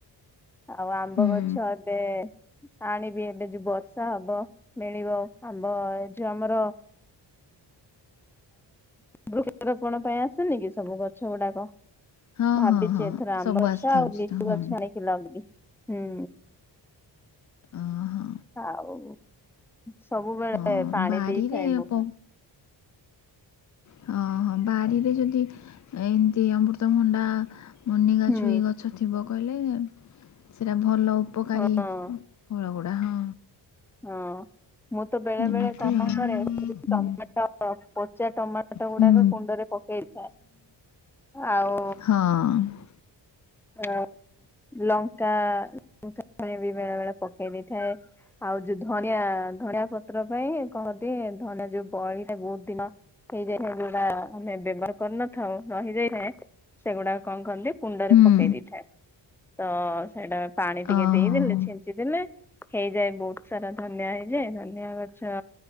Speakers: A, in the centre; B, on the left (about 45°).
A: ଆଉ ଆମ୍ବ
B: ହୁଁ
A: ଗଛ ଏବେ ଆଣିବି ଏବେ ଯୋଉ ବର୍ଷା ହବ ମିଳିବ ଆମ୍ବ ଏ ଯୋଉ ଆମର ବୃକ୍ଷରୋପଣ ପାଇଁ ଆସେନି କି ସବୁ ଗଛ ଗୁଡାକ
B: ହଁ
A: ଭାବିଛି
B: ହଁ ହଁ
A: ଏଥର
B: ସବୁ
A: ଆମ୍ବ
B: ଆସିଥାଉଛି
A: ଗଛ ଆଉ ଲିଚୁ
B: ତ ହଁ
A: ଗଛ ଆନିକି ଲହେଇବି ହୁଁ
B: ଓହୋ
A: ଆଉ ସବୁବେଳେ
B: ହଁ
A: ପାଣି
B: ବାରିରେ
A: ଦେଇଥାଏ ମୁ
B: ପ
A: ପା
B: ହଁ ହଁ ବାରିରେ ଯଦି ଏମିତି ଅମୃତଭଣ୍ଡା ମନିଗଛ
A: ହୁଁ
B: ଛୁଇ ଗଛ ଥିବ କହିଲେ ସେଇଟା ଭଲ ଉପକାରୀ
A: ହଁ
B: ଫଳଗୁଡ଼ା ହଁ
A: ହଁ ମୁଁ ତ ବେଳେ
B: ଏମିତି
A: ବେଳେ କଣ
B: ଆଉ
A: କରେ
B: ହୁଁ
A: ଟମାଟୋ ପଚା ଟମାଟୋ ଗୁଡାକ
B: ହୁଁ
A: କୁଣ୍ଡରେ ପକେଇଥାଏ ଆଉ
B: ହଁ
A: ଅ ଲଙ୍କା ଲଙ୍କାଣି ବି ବେଳେ ବେଳେ ପକେଇ ଦେଇଥାଏ ଆଉ ଯୋଉ ଧନିଆ ଧନିଆ ପତ୍ର ପାଇଁ କହନ୍ତି ଧନିଆ ଯୋଉ ବଳିଟା ବହୁତ ଦିନ ହେଇଯାଇଥାଏ ଯୋଉଟା ଆମେ ବ୍ୟବହାର କରିନଥାଉ ନ ରହିଯାଇଥାଏ ସେଗୁଡା କଣ କରନ୍ତି କୁଣ୍ଡରେ
B: ହୁଁ
A: ପକେଇ ଦେଇଥାଏ ତ ସେଇଟା ପାଣି ଟିକେ
B: ଓହୋ
A: ଦେଇଦେଲେ
B: ହୋ
A: ଛିଞ୍ଚିଦଲେ ହେଇଯାଏ ବହୁତ ସାରା ଧନିଆ ହେଇଯାଏ ଧନିଆ ଗଛ